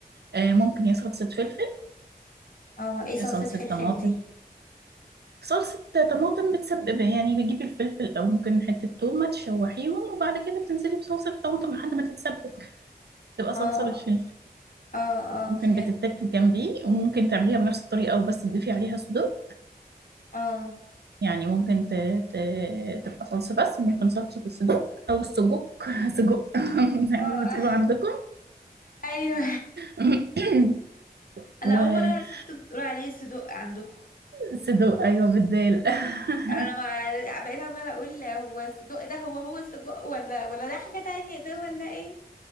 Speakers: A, on the right; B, on the left.
A: آه، ممكن يا صلصة فلفل
B: اه ايه صلصة
A: يا صلصة
B: فلفل
A: طماطم
B: دي
A: صلصة طماطم بتسبب يعني بتجيبي الفلفل أو ممكن حتة تومة تشوحيهم وبعد كده بتنزلي بصلصة طماطم لحد ما تتسبك تبقى صلصة
B: اه
A: بالفلفل
B: اه
A: ممكن
B: اه فهمت
A: بتتاكل جنبيه وممكن تعمليها بنفس الطريقة وبس تضيفي عليها صدور
B: اه
A: يعني ممكن ت... ت... تبقى صلصة بس ممكن صلصة الصدوق أو السجق <laughs> سجق <laughs> زي
B: اه
A: ما بتقولوا
B: آه.
A: عندكم
B: ايوه
A: <clears throat>
B: <laughs> انا اول مرة اعرف
A: <coughs>
B: ان انتوا بتقولوا عليه صدق عندكم
A: وصدوق أيوة بالدال <laughs>
B: انا ما بقيت عمالة اقول هو الصدق ده هو هو السجق ولا ولا ده حاجة تانية ده ولا ايه